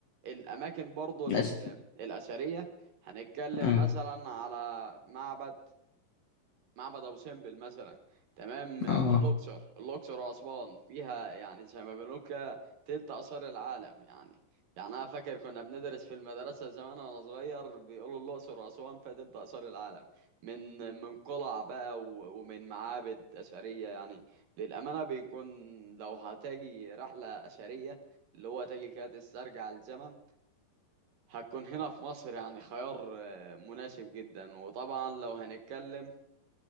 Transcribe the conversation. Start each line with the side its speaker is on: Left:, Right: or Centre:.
Right: الأماكن برضه
Left: بس
Right: ال- الأثرية هنتكلم
Left: اه
Right: مثلا على معبد معبد ابو سمبل مثلا تمام
Left: اه
Right: في الاقصر الاقصر واسوان فيها يعني زي ما بنقول كده تلت اثار العالم يعني يعني انا فاكر كنا بندرس في المدرسه زمان وانا صغير بيقولوا الاقصر واسوان فيها تلت اثار العالم من من قلع بقى و- ومن معابد اثريه يعني للامانه بيكون لو هتاجي رحله اثريه اللي هو تاجي كده تسترجع الزمن هتكون هنا في مصر يعني خيار آه، مناسب جدا وطبعا لو هنتكلم